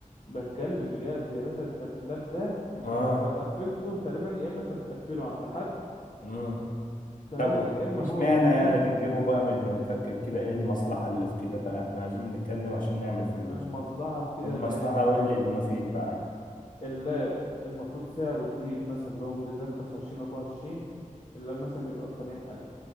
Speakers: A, on the left; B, on the left.
A: بتكلم بجد يا باشا انت اللاب ده انت
B: آه
A: لو قفلته تقريبا يا اما انت بتقفله عند حد
B: مم.
A: تمام
B: طب
A: يا اما
B: مش
A: هو
B: معنى
A: بينزل
B: يعني بتجيبه بقى من- ما تفكر كده إيه المصلحة اللي في كده بقى إحنا عايزين نتكلم عشان نعمل فلوس
A: المصلحة في كده
B: المصلحة
A: بقى ايه يا معلم
B: قول لي المفيد بقى
A: اللاب المفروض سعره جديد مثلا اللي هو موديلات خمسة وعشرين أربعة وعشرين اللاب مثلا بيبقى بسبعين ألف